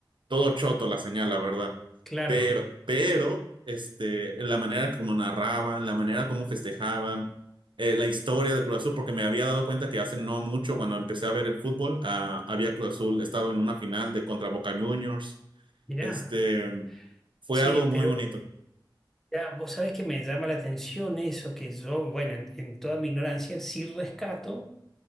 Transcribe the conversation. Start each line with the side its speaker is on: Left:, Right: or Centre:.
Right: todo choto la señal, la verdad.
Centre: claro,
Right: Pero, pero, este, la manera como narraban, la manera como festejaban, eh, la historia de Cruz Azul, porque me había dado cuenta que hace no mucho, cuando empecé a ver el fútbol, ah, había Cruz Azul estado en una final de contra Boca Juniors.
Centre: mirá.
Right: Este, fue
Centre: Che,
Right: algo
Centre: pero
Right: muy bonito.
Centre: ya, vos sabés que me llama la atención eso que yo, bueno, en, en toda mi ignorancia, sí rescato